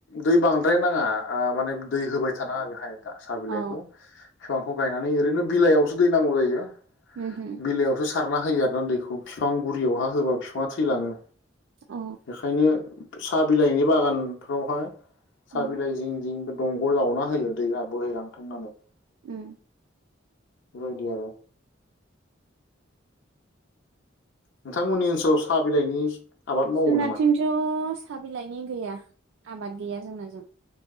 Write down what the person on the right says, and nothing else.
अ
उमहो
अ
उम
ओम
जोंनाथिंथ'
सा बिलाइनि गैया आबाद गैया जोंनाजों